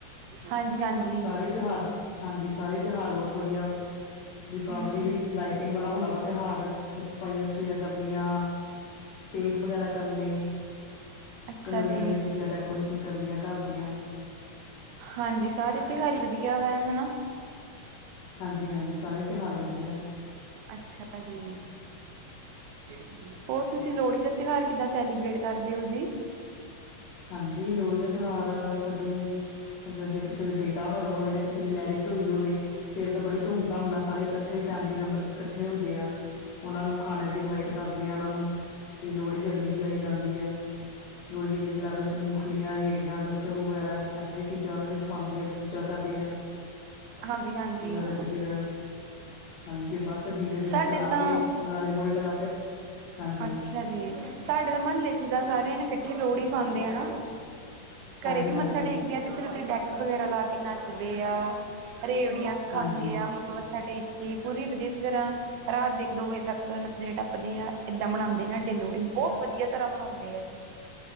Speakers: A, on the right; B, on the left.
A: ਹਾਂਜੀ ਹਾਂਜੀ
B: ਸਾਰੇ ਤਿਉਹਾਰ ਹਾਂਜੀ ਸਾਰੇ ਤਿਉਹਾਰ ਬਹੁਤ ਵਧੀਆ। ਦੀਪਾਵਲੀ
A: ਹਮ ਹਮ
B: ਵੀ ਲਾਈਟਿੰਗ ਵਾਲਾ ਹੋਣਾ ਵਾ ਤਿਉਹਾਰ ਸਫਾਈਆਂ ਸਫੂਈਆਂ ਕਰਨੀਆਂ। ਪੇਟ ਵਗੈਰਾ ਕਰਨੇ ਆ।
A: ਅੱਛਾ
B: ਨਵੇ
A: ਜੀ
B: ਨਵੇ ਚੀਜ਼ਾਂ ਡੈਕੋਰੇਸ਼ਨ ਕਰਨੀਆਂ ਘਰ ਦੀਆਂ।
A: ਹਾਂਜੀ ਸਾਰੇ ਤਿਉਹਾਰ ਵਧੀਆ ਵਾ ਹਨਾ।
B: ਹਾਂਜੀ ਹਾਂਜੀ ਸਾਰੇ ਤਿਉਹਾਰ ਵਧੀਆ।
A: ਅੱਛਾ ਜੀ। ਹੋਰ ਤੁਸੀਂ ਲੋਹੜੀ ਦਾ ਤਿਉਹਾਰ ਕਿੱਦਾਂ ਸੈਲੀਬ੍ਰੇਟ ਕਰਦੇ ਹੋ ਜੀ।
B: ਹਾਂਜੀ ਲੋਹੜੀ ਦਾ ਤਿਉਹਾਰ। ਸਾਡੇ ਮਤਲਬ ਜੇ ਕਿਸੇ ਦੇ ਬੇਟਾ ਹੋਇਆ ਹੋਵੇ ਜਾਂ ਕਿਸੇ ਦੀ ਮੈਰਿਜ। ਈ ਹੋਵੇ ਫੇਰ ਤਾਂ ਬੜੀ ਧੂਮ ਧਾਮ ਨਾਲ ਸਾਰੇ ਇਕੱਠੇ ਫੈਮਲੀ ਮੈਂਬਰ ਇਕੱਠੇ ਹੁੰਦੇ ਆ ਉਹਨਾਂ ਨੂੰ ਖਾਣੇ ਤੇ ਇਨਵਾਈਟ ਕਰਦੇ ਆ ਉਹਨਾਂ ਨੂੰ ਤੇ ਲੋਹੜੀ ਦੀ ਅਗਨੀ ਜਲਾਈ ਜਾਂਦੀ ਆ ਲੋਹੜੀ ਦੀ ਅਗਨੀ ਜਲਾ। ਮੂੰਫਲੀਆਂ ਰੇੜੀਆਂ ਗੱਚਕ ਵਗੈਰਾ ਸਾਰੀਆਂ ਚੀਜ਼ਾਂ ਉਹਨਾਂ ਵਿੱਚ ਪਾਉਂਦੇ ਆ ਪੂਜਾ ਕਰਦੇ ਆ।
A: ਹਾਂਜੀ ਹਾਂਜੀ।
B: ਪੂਜਾ ਕਰਕੇ ਫੇਰ ਹਾਂਜੀ ਫਰ ਬੱਸ ਡੀਜੇ ਡੂਜੇ
A: ਸਾਡੇ
B: ਚਲਾ
A: ਤਾਂ
B: ਕੇ ਗਾਣੇ ਗੂਲੇ ਲਗਾ ਕੇ। ਹਾਂਜੀ
A: ਅੱਛਾ ਜੀ ਸਾਡੇ ਤਾਂ ਮਹੱਲੇ ਜਿੱਦਾ ਸਾਰੇਆਂ ਨੇ ਇਕੱਠੇ ਲੋਹੜੀ ਪਾਉਂਦੇ ਆ।
B: ਹਾਂਜੀ
A: ਘਰੇ ਵੀ
B: ਹਾਂਜੀ
A: ਮੱਥਾ ਟੇਕਦੇ ਆ ਤੇ ਫਿਰ ਉੱਥੇ ਡੈਕ ਵਗੈਰਾ ਲਾ ਕੇ ਨੱਚਦੇ ਆ। ਰੇਵੜੀਆਂ ਖਾਂਦੇ
B: ਹਾਂਜੀ
A: ਆ ਮੱਥਾ ਟੇਕ। ਕਿ ਪੂਰੀ ਵਧੀਆ ਤਰ੍ਹਾਂ ਰਾਤ ਦੇ ਇੱਕ ਦੋ ਵਜੇ ਤੱਕ ਨੱਚਦੇ ਟੱਪਦੇ ਆ। ਏਦਾਂ ਮਨਾਉਂਦੇ ਲੋਹੜੀ ਬਹੁਤ ਵਧੀਆ ਤਰ੍ਹਾਂ ਮਨਾਉਂਦੇ ਆ ਜੀ।